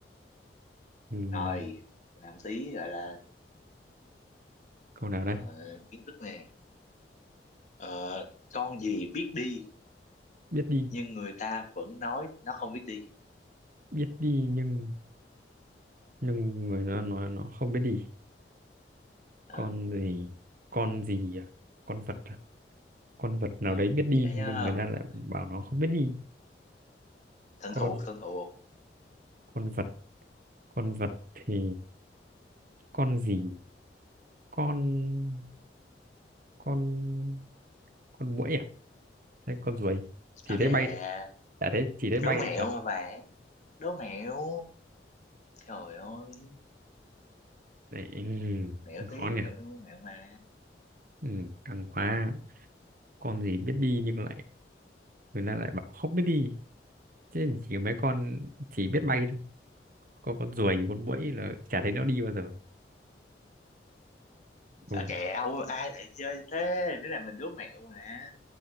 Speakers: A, on the right; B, on the left.
A: Ừm,
B: rồi làm tí gọi là
A: câu nào đây?
B: ờ, kiến thức nè Ờ, con gì biết đi
A: Biết đi,
B: nhưng người ta vẫn nói nó không biết đi
A: biết đi nhưng nhưng người nó nói nó không biết đi.
B: ừ,
A: Con gì? Con gì à? Con vật à? Con vật nào
B: ừ
A: đấy biết đi
B: dễ á
A: nhưng người ta lại
B: con này
A: bảo nó không biết đi.
B: thân
A: Con
B: thuộc thân thuộc
A: con vật, con vật thì con gì? Con con con muỗi à? Hay con ruồi? Chỉ
B: ok
A: thấy bay, chả thấy chỉ thấy bay
B: đố mẹo
A: chặt.
B: mà bạn đố mẹo trời ơi
A: Đấy, ừm,
B: mẹo
A: khó
B: tí
A: nhỉ.
B: mẹo mẹo mà
A: Ừm, căng quá. Con gì biết đi nhưng lại người ta lại bảo không biết đi. Chứ chỉ mấy con chỉ biết bay thôi. Có con ruồi, con muỗi là chả thấy nó đi bao giờ.
B: Sao
A: Ừ.
B: kẹo ai lại chơi thế Đứa này mình đố mẹo mà